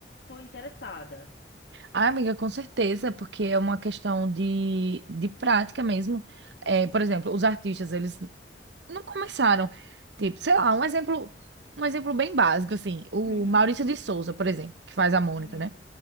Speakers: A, on the left; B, on the right.
A: tô interessada.
B: Ah, amiga, com certeza, porque é uma questão de, de prática mesmo. É, por exemplo, os artistas, eles não começaram. Tipo, sei lá, um exemplo, um exemplo bem básico, assim, o
A: Uhum,
B: Maurício de Souza, por exemplo, que faz a Mônica,
A: uhum,
B: né?